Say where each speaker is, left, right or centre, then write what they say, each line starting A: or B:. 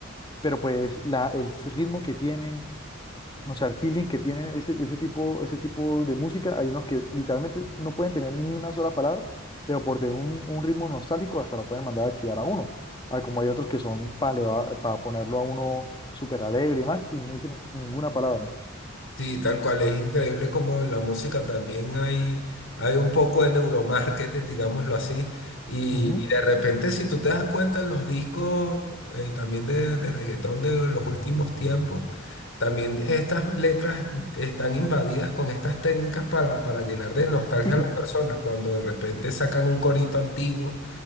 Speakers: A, on the left (about 20°); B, on the left (about 75°).
A: pero pues la, el ritmo que tienen o sea, el feeling que tienen ese, ese tipo, ese tipo de música, hay unos que literalmente no pueden tener ni una sola palabra, pero por tener un, un ritmo nostálgico hasta lo pueden mandar a chillar a uno. Ah, como hay otros que son para ponerlo a uno súper alegre y más, y no dicen ninguna palabra.
B: Sí, tal cual, es increíble como en la música también hay, hay un poco de neuromarketing, digámoslo así, y,
A: Ujú.
B: y de repente si tú te das cuenta en los discos eh, también de, de reggaetón de los últimos tiempos, también estas letras están invadidas con estas técnicas para, para llenar de nostalgia
A: <clears throat>
B: a las personas, cuando de repente sacan un corito antiguo